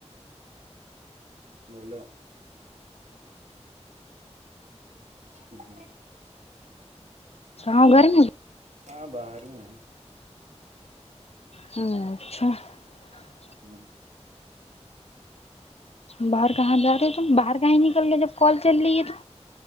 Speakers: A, on the right; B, on the left.
A: بولو <unintelligible> س <inaudible> <inaudible>
B: ہ گرمی <inaudible>
A: ہاں باہر ہی ہیں <inaudible>
B: ہ اچھا <inaudible>
A: ہوں <inaudible>
B: باہر کہاں جا رہے ہو تو باہر کہیں نکل گئے جب کال چل رہ ہے تو